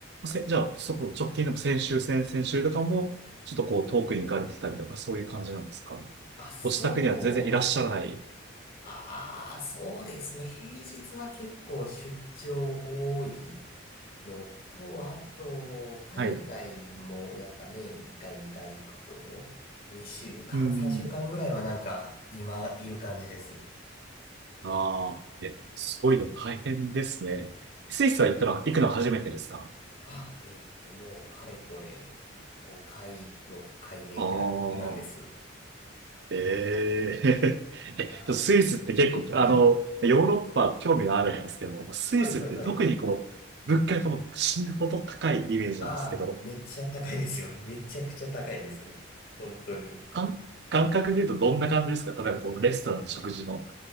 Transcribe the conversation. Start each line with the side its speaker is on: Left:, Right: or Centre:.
Right: せ、じゃあ、そこ直近でも先週、先々週とかも、ちょっとこう遠くに行かれてたりとか、そういう感じなんですか
Left: あ、そう
Right: ご自宅には全然いらっしゃらない。
Left: ああ、そうですね。平日は結構出張多いのと、あと、海外もやっぱね1回2回行くと、
Right: はい
Left: 2週間、
Right: うん。
Left: 3週間ぐらいはなんか今いる感じです。
Right: ああ、え、すごいの大変ですね。スイスは行ったら行くの初めてですか
Left: あ、えっと、もうかれこれ5回、6回目ぐらいなんです。
Right: ああええ
Left: なので、
Right: <laughs> えスイスって結構、あの、
Left: はい。
Right: ヨーロッパ興味があるんですけど、スイスって特にこう、
Left: はいはいはい。
Right: 物価がもう死ぬほど高いイメージなんですけど、
Left: ああ、めっちゃ高いですよ。めちゃくちゃ高いですよ。本当に。
Right: 感、感覚で言うとどんな感じですか例えばこう、レストランの食事の